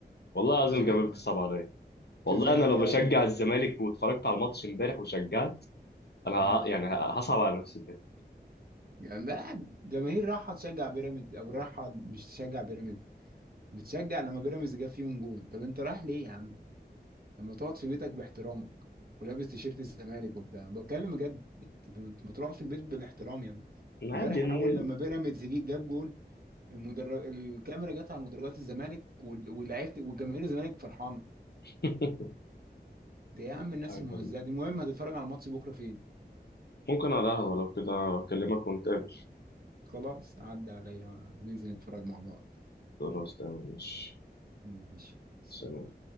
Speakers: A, on the left; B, on the right.
A: والله العظيم
B: انت شايف
A: جمال
B: ايه
A: بتصعب عليا
B: <laughs> انت
A: والله
B: زملكاوي
A: انا لو بشجع
B: يعني
A: الزمالك واتفرجت على الماتش امبارح وشجعت انا ه-
B: مم.
A: يعني ه- هصعب على نفسي بجد
B: يعني ده جماهير رايحه تشجع بيراميدز او رايحه مش تشجع بيراميدز بتشجع لما بيراميدز جاب فيهم جون طب انت رايح ليه يا عم لما تقعد في بيتك باحترامك ولابس تيشيرت الزمالك وبتاع بتكلم بجد انت لما- انت ما تقعد في البيت بالاحترام يا ابني
A: عادي
B: امبارح
A: إن-
B: اول لما بيراميدز جه- جاب جول المدر... الكاميرا جت على مدرجات الزمالك وال- واللعيبه وجماهير الزمالك فرحانه
A: <laughs>
B: ده يا عم الناس
A: حاجة
B: المهزأه
A: غريبة.
B: دي المهم هتتفرج على الماتش بكره فين
A: ممكن على القهوة لو كده اكلمك ونتقابل
B: خلاص عدى عليا ننزل نتفرج مع بعض
A: خلاص تمام ماشي
B: ماشي سلام
A: سلام